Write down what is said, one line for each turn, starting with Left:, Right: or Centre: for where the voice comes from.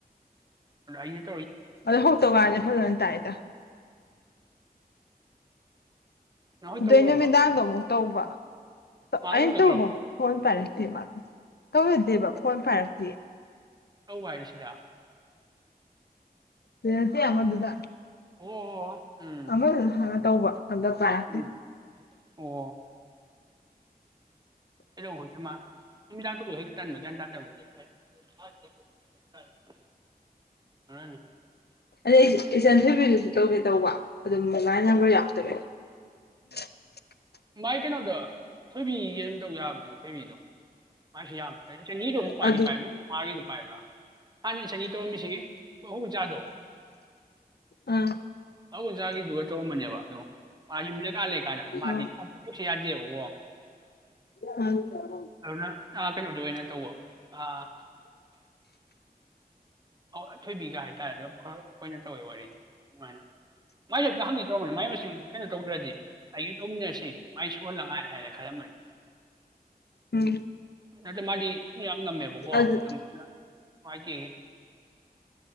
Right: ꯑꯏꯌꯦ <unintelligible>
Left: ꯑꯗꯣ ꯍꯧ ꯇꯧꯀꯥꯟꯅꯦ ꯐꯖꯅ ꯇꯥꯏꯗ
Right: ꯅꯍꯣꯏ
Left: ꯑꯗꯨꯏ
Right: ꯇꯧꯈ꯭ꯔꯕꯣ
Left: ꯅꯨꯃꯤꯗꯥꯡꯗꯣ ꯑꯃꯨꯛ ꯇꯧꯕ꯭ꯔꯣ
Right: ꯃꯥꯒ
Left: ꯑꯩꯅ
Right: ꯇꯧꯅꯈ꯭ꯔꯕꯣ
Left: ꯇꯧꯕ ꯐꯣꯟ ꯄꯥꯏꯔꯛꯇꯦ ꯃꯥꯗꯣ ꯇꯧꯔꯗꯦꯕ ꯐꯣꯟ ꯄꯥꯏꯔꯛꯇꯦ
Right: ꯇꯧ ꯍꯥꯏꯁꯤꯗ
Left: ꯁꯤꯗ ꯅꯠꯇꯦ ꯑꯃꯗꯨꯗꯥ
Right: ꯑꯣ ꯎꯝ
Left: ꯑꯃꯗꯣ ꯍꯥꯟꯅ ꯇꯧꯕ ꯑꯗ ꯄꯥꯏꯔꯛꯇꯦ
Right: ꯎꯝ ꯑꯣ ꯑꯗꯨꯗꯤ ꯃꯥ ꯅꯨꯃꯤꯗꯥꯡꯗꯣ ꯒ꯭ꯌꯥꯟ ꯇꯥꯗꯃꯦ <unintelligible> ꯍꯅꯅꯤ <unintelligible>
Left: ꯑꯗ ꯑꯩꯁꯦ ꯏꯆꯟꯊꯣꯏꯕꯤꯗꯁꯨ ꯇꯧꯒꯦ ꯇꯧꯕ ꯑꯗꯣ ꯃꯣꯕꯥꯏꯜ ꯅꯝꯕꯔ ꯌꯥꯎꯗꯕꯩ ꯎꯝ <unintelligible> <inaudible>
Right: ꯃꯥꯏ ꯀꯩꯅꯣꯗ ꯊꯣꯏꯕꯤꯒꯤ ꯑꯗꯨꯝ ꯇꯧꯕ ꯌꯥꯕꯅꯦ ꯊꯣꯏꯕꯤꯗꯣ ꯃꯥꯁꯨ ꯌꯥꯝ ꯐꯦ ꯏ ꯆꯅꯤꯗꯨꯣ ꯑꯃꯨꯛ ꯄꯥꯏꯗꯤ
Left: ꯑꯗꯨ
Right: ꯄꯥꯏꯕ꯭ꯔꯥ ꯀꯃꯥꯒꯤꯗꯨ ꯄꯥꯏꯕ꯭ꯔꯥ ꯍꯥꯟꯅ ꯆꯅꯤꯗꯨ <unintelligible> ꯍꯨ ꯆꯥꯗꯣ <unintelligible>
Left: ꯑꯥ
Right: ꯑ ꯑꯣꯖꯥꯒꯤꯗꯨꯒ ꯇꯧꯔꯝꯕꯅꯦꯕ ꯑꯗꯣ ꯃꯥꯒꯤ ꯌꯨꯝ ꯂꯩꯀꯥꯏ ꯂꯩꯀꯥꯏꯗ ꯑꯗꯨ ꯃꯥꯗꯤ
Left: ꯑꯥ
Right: ꯁꯨ ꯌꯥꯗꯦꯕꯥꯀꯣ
Left: ꯍ <unintelligible>
Right: ꯑꯗꯨꯅ ꯑꯥ ꯀꯩꯅꯣꯗ ꯑꯣꯏꯅ ꯇꯧꯕ ꯑꯥ ꯑ ꯊꯣꯏꯕꯤꯒ ꯍꯥꯏꯇꯥꯔꯦ ꯑꯗꯨ ꯈꯔ ꯇꯣꯏꯅ ꯇꯧꯋꯦ ꯋꯥꯔꯤꯗꯣ ꯑꯗꯨꯃꯥꯏꯅ ꯃꯥꯏꯁꯨꯦꯇ ꯍꯪꯉꯤ ꯇ꯭ꯔꯧꯕꯅꯤ ꯃꯥꯏ ꯃꯁꯤꯡ ꯀꯩꯅꯣ ꯇꯧꯗ꯭ꯔꯗꯤ ꯑꯩꯒ ꯇꯧꯃꯤꯟꯅꯔꯁꯤ ꯃꯥꯏ ꯁꯨꯍꯜꯂꯉꯥꯏ <unintelligible> ꯍꯥꯏꯔ ꯈꯜꯂꯝꯕꯅꯦ
Left: ꯎꯝ
Right: ꯅꯠꯇꯦ ꯃꯥꯗꯤ ꯌꯥꯝ ꯉꯝꯃꯦꯕꯀꯣ
Left: ꯑꯗꯨ
Right: ꯌꯥꯝꯅ ꯅꯨꯡꯉꯥꯏꯇꯦ